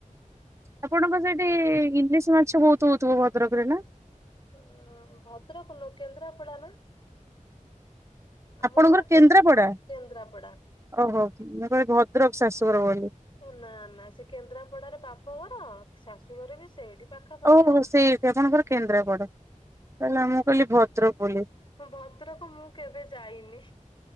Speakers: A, on the right (about 20°); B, on the left (about 40°).
A: ଆପଣଙ୍କର ସେଠି ଇଂଲିଶ ମାଛ ବହୁତ ହଉଥିବ ଭଦ୍ରକ ରେ ନା।
B: ଉ ଭଦ୍ରକ ନୁହଁ କେନ୍ଦ୍ରାପଡା ନା। ଆମ
A: ଆପଣଙ୍କର
B: ଘର
A: କେନ୍ଦ୍ରାପଡା
B: କେ କେନ୍ଦ୍ରାପଡା।
A: ଓହୋ ମୁ କହିଲି ଭଦ୍ରକ ଶାଶୁଘର ବୋଲି।
B: ନା ନା ସେ କେନ୍ଦ୍ରାପଡାରେ ବାପଘର ଶାଶୁଘର ବି ସେଇଠି। ପାଖାପାଖି
A: ଓହୋ
B: ଆଉ।
A: ସେଇଠି ଆପଣଙ୍କର କେନ୍ଦ୍ରାପଡା ତାହାଲେ ମୁଁ କହିଲି ଭଦ୍ରକ ବୋଲି।
B: ମୁଁ ଭଦ୍ରକ ମୁଁ କେବେ ଯାଇନି